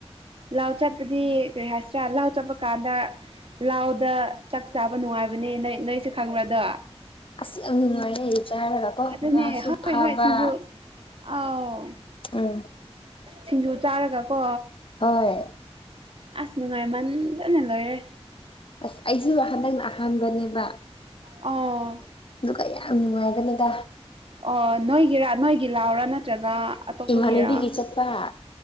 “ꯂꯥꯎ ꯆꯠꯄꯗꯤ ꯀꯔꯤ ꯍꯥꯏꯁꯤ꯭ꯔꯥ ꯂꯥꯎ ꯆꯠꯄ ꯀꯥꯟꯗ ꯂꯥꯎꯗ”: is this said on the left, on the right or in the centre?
Right